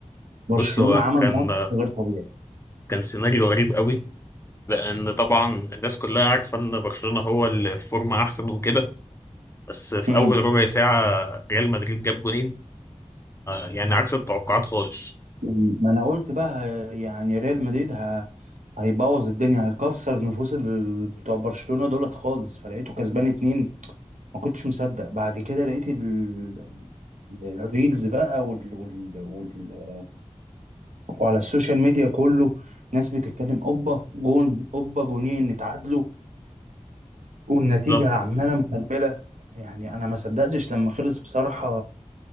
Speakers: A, on the right (about 85°); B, on the left (about 20°).
A: برشلونة
B: بص هو
A: عمل
B: كان
A: ماتش غير طبيعي
B: كان سيناريو غريب قوي لان طبعا الناس كلها عارفه ان برشلونه هو اللي في فورمه احسن وكده بس في
A: امم
B: اول ربع ساعه ريال مدريد جاب جولين يعني عكس التوقعات خالص
A: ما انا قلت بقى ه- يعني ريال مدريد ه... هيبوظ الدنيا هيكسر نفوس ال... بتوع برشلونة دولت خالص فلقيته كسبان اتنين ما كنتش مصدق بعد كده لقيت ال... الريلز بقى وال... وال... وال... وعلى السوشيال ميديا كله ناس بتتكلم اوبا جون اوبا جونين نتعادلوا والنتيجة
B: بالظبط
A: عمالة مكملة يعني أنا ما صدقتش لما خلص بصراحة